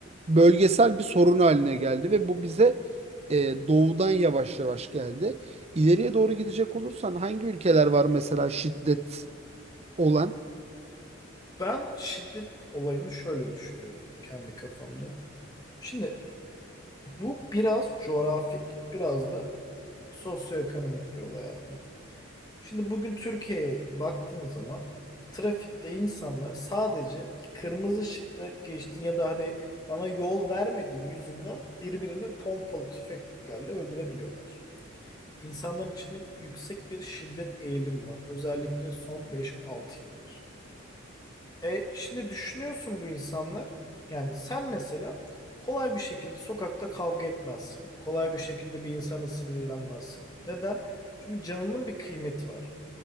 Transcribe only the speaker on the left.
Ben şiddet olayını şöyle düşünüyorum kendi kafamda. Şimdi bu biraz coğrafik, biraz da sosyoekonomik bir olay abi. Şimdi bugün Türkiye'ye baktığın zaman trafikte insanlar sadece kırmızı ışıkta geçtin ya da hadi bana yol vermediğin yüzünden birbirini pompalı tüfeklerle öldürebiliyorlar. İnsanların içinde yüksek bir şiddet eğilim var. Özellikle son beş altı yıldır. E şimdi düşünüyorsun bu insanlar yani sen mesela kolay bir şekilde sokakta kavga etmezsin. Kolay bir şekilde bir insana sinirlenmezsin. Neden? Çünkü canının bir kıymeti var.